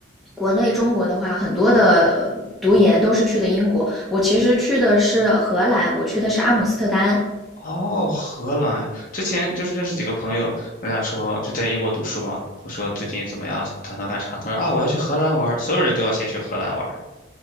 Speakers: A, in the centre; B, on the left.
A: 国内中国的话，很多的呃读研都是去的英国。我其实去的是荷兰，我去的是阿姆斯特丹。
B: 哦，荷兰，之前就是认识几个朋友，我俩说就在英国读书嘛，我说最近怎么样，打算干啥？他说啊，我要去荷兰玩儿，所有人都要先去荷兰玩儿。